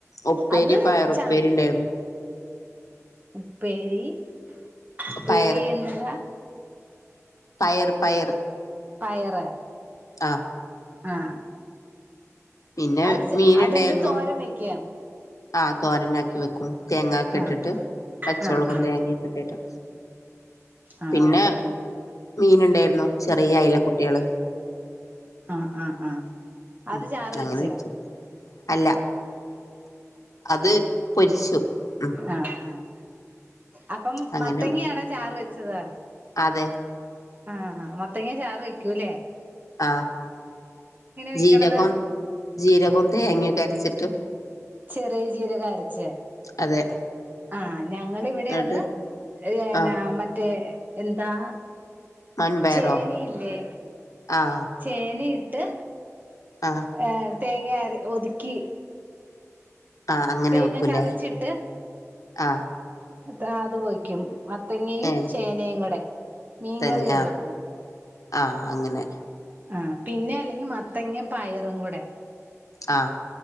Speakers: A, on the left; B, on the right.
A: ഉപ്പേരി
B: അത്
A: പയറുപ്പേരിണ്ടായിരുന്നു.
B: ച ഉപ്പേരി ഉപ്പേരി
A: പയറ്
B: എന്താ
A: പയറ് പയറ്
B: പയറ്
A: ആഹ്
B: ആഹ്
A: പിന്നെ
B: അത്
A: മീനുണ്ടായിരുന്നു
B: അതെന്ത് തോരൻ വെക്ക
A: ആ തോരനാക്കി വെക്കും. തേങ്ങായൊക്കെ
B: ആഹ്
A: ഇട്ടിട്ട് പച്ചമുളകും,
B: ആഹ് ആഹ്
A: തേങ്ങയൊക്കെഇട്ട്
B: ആഹ്
A: പിന്നെ മീൻ ഉണ്ടായിരുന്നു ചെറിയ അയില കുട്ടികള്
B: ആഹ് ആഹ് ആഹ് അതു
A: ഉം
B: ചാറു
A: അങ്ങനെ
B: വെച്ച്.
A: വെച്ചു അല്ല അത് പൊരിച്ചു. ഉം
B: ആഹ് ആഹ് അപ്പം
A: അങ്ങനെ
B: മത്തങ്ങയാണോ ചാറുവെച്ചത്.
A: അതെ
B: ആഹ് മത്തങ്ങ ചാറ് വയ്ക്കൂല്ലേ
A: ആഹ്
B: വെക്കണത്
A: ജീരകം ജീരകോം തേങ്ങയൊക്കെ അരച്ചിട്ട്
B: ചെറിയജീരകം അരച്ച്.
A: അതെ
B: ആ ഞങ്ങളിവിടെ
A: എന്നിട്ട്
B: അത് പിന്നെ
A: ആഹ്
B: മറ്റേ എന്താ
A: മൺപയറോ
B: ചേനയില്ലേ
A: ആഹ്
B: ചേനയിട്ട്
A: ആഹ്
B: ട്ട് തേങ്ങ അര ഒതുക്കി.
A: ആഹ് അങ്ങനെ
B: തേങ്ങ
A: വെക്കൂലേ
B: ചതച്ചിട്ട്
A: ആഹ്
B: അത അത് വയ്ക്കും മത്തങ്ങയും
A: ഏ
B: ചേനയും കൂടെ മീൻകറിയെ
A: തന്നെ
B: ഉള്ളപ്പോ
A: ആ ആ അങ്ങനെ
B: ആ പിന്നെ അല്ലെങ്കി മത്തങ്ങയും പയറും കൂടെ
A: ആഹ്